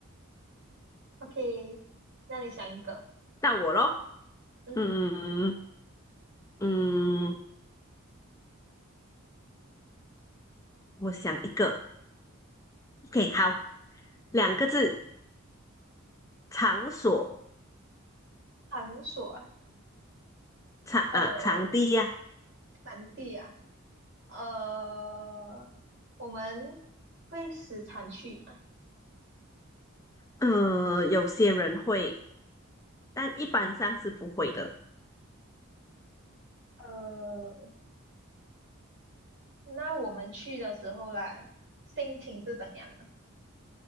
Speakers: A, on the right; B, on the left.
A: ，OK，那你想一个，
B: 到我咯，
A: 嗯，
B: 嗯嗯，我想一个，OK，好，两个字，场所，
A: 繁琐。
B: 场啊，
A: 呃，
B: 场地呀、
A: 产地啊，呃，我们会时常去吗？
B: 呃，有些人会，但一般上是不会的。
A: 呃，那我们去的时候啦，心情是怎样啊？